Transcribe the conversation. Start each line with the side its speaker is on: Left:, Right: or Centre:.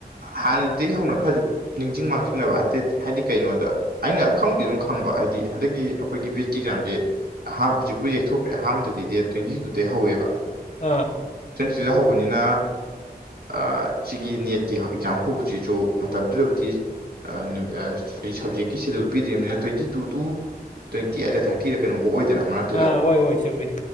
Right: ꯍꯥꯟꯅꯗꯩ ꯍꯧꯅ ꯈꯖꯨ ꯅꯤꯡꯁꯤꯡ ꯃꯥꯡꯖꯤꯡꯅꯕ ꯍꯟꯗ ꯍꯥꯏꯗꯤ ꯀꯩꯅꯣꯗ ꯑꯩꯅ ꯈꯪꯕꯗꯤ ꯑꯗꯨꯝ ꯈꯪꯕ ꯍꯥꯏꯗꯤ ꯍꯟꯗꯛꯀꯤ ꯑꯩꯈꯣꯏ ꯑꯩꯒꯤ ꯕꯦꯀꯤ ꯑꯦꯛꯖꯥꯝꯖꯦ ꯍꯧꯖꯤꯛꯄꯨ ꯌꯩꯊꯣꯛꯈ꯭ꯔꯦ ꯑꯍꯥꯟꯕꯗꯗꯤ ꯗꯦꯠ ꯇ꯭ꯋꯦꯟꯇꯤ ꯇꯨꯗꯩ ꯍꯧꯋꯦꯕ
Left: ꯑꯥ
Right: ꯁꯤꯗ ꯍꯧꯕꯅꯤꯅ ꯑ ꯁꯤꯒꯤ ꯅꯦꯠꯀꯤ ꯑꯦꯛꯖꯥꯝ ꯍꯧꯕꯁꯤꯁꯨ ꯃꯇꯝꯗꯨꯗꯕꯨꯗꯤ ꯑ ꯑ ꯁꯕꯖꯦꯛꯀꯤ ꯁꯦꯗꯨꯜ ꯄꯤꯗ꯭ꯔꯤꯕꯅꯤꯅ ꯇ꯭ꯋꯦꯟꯇꯤ ꯇꯨ ꯇꯨ ꯇ꯭ꯋꯦꯟꯇꯤ ꯑꯩꯠꯔ ꯊꯥꯔꯇꯤꯔ ꯀꯩꯅꯣꯝ ꯑꯣꯏꯗꯅ ꯃꯔꯛꯇꯨꯗ
Left: ꯑꯥ ꯑꯣꯏ ꯑꯣꯏ ꯆꯨꯝꯃꯤ